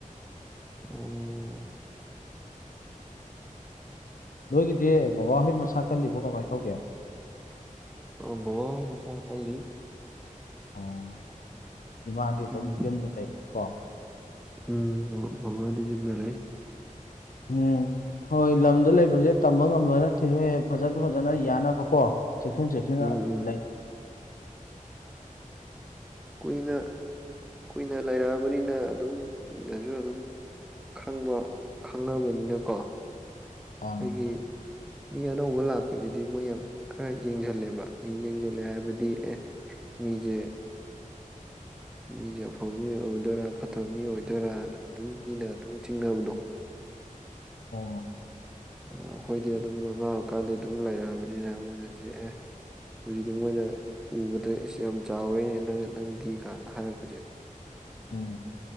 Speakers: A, in the centre; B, on the left.
A: ꯎ
B: ꯅꯣꯏꯒꯤꯗꯤ ꯕꯕꯥꯍꯣꯏ ꯃꯁꯥ ꯈꯜꯂꯤꯕꯣ ꯀꯃꯥꯏꯅ ꯇꯧꯒꯦ
A: ꯑ ꯕꯕ ꯃꯁꯥ ꯀꯜꯂꯤ
B: ꯑꯣ ꯏꯃꯥꯗꯤ ꯑꯗꯨꯝ
A: ꯎꯝ
B: ꯌꯨꯝꯗ ꯂꯩꯕꯅꯤꯀꯣ
A: ꯎꯝ ꯃ ꯃꯃꯥꯗꯤ ꯌꯨꯝꯗ ꯂꯩ
B: ꯎꯝ ꯍꯣꯏ ꯂꯝꯗ ꯂꯩꯕꯁꯦ ꯇꯝꯕ ꯉꯝꯗꯕ ꯅꯠꯇꯦꯍꯦ ꯐꯖꯅ ꯐꯖꯅ ꯌꯥꯅꯕꯀꯣ ꯆꯦꯛꯁꯤꯟ ꯆꯦꯛꯁꯤꯟꯅ
A: ꯎꯝ ꯎꯝ
B: ꯂꯩ
A: ꯀꯨꯏꯅ ꯀꯨꯏꯅ ꯂꯩꯔꯛꯑꯕꯅꯤꯅ ꯑꯗꯨꯝ ꯃꯤꯅꯁꯨ ꯑꯗꯨꯝ ꯈꯪꯕ ꯈꯪꯉꯕꯅꯤꯅꯀꯣ
B: ꯑꯥ
A: ꯑꯩꯈꯣꯏꯒꯤ ꯃꯤ ꯑꯅꯧꯕ ꯂꯥꯛꯄꯁꯤꯗꯤ ꯃꯣꯏ ꯌꯥꯝ ꯈꯔ ꯌꯦꯡꯁꯤꯜꯂꯦꯕ ꯌꯦꯡꯁꯤꯜꯂꯦ ꯍꯥꯏꯕꯗꯤ ꯑꯦ ꯃꯤꯖꯦ
B: <unintelligible>
A: ꯃꯤꯁꯦ ꯑꯐꯕ ꯃꯤ ꯑꯣꯏꯗꯣꯏꯔꯥ ꯐꯠꯇꯕ ꯃꯤ ꯑꯣꯏꯗꯣꯏꯔꯥꯅ ꯑꯗꯨꯝ ꯃꯤꯅ ꯑꯗꯨꯝ ꯆꯤꯡꯅꯕꯗꯣ
B: ꯑꯣ
A: ꯑꯩꯈꯣꯏꯗꯤ ꯑꯗꯨꯝ ꯑꯉꯥꯡꯕꯀꯥꯟꯗꯤ ꯑꯗꯨꯝ ꯂꯩꯔꯛꯑꯕꯅꯤꯅ ꯃꯣꯏꯅ ꯌꯦꯛꯑꯦ ꯍꯧꯖꯤꯛꯇꯤ ꯃꯣꯏꯅ ꯎꯕꯗ ꯌꯥꯝ ꯆꯥꯎꯔꯦꯅꯦ ꯅꯪ ꯅꯪꯒꯤ ꯀꯥꯏꯅ ꯍꯥꯏꯔꯛꯄꯁꯦ
B: ꯑꯣ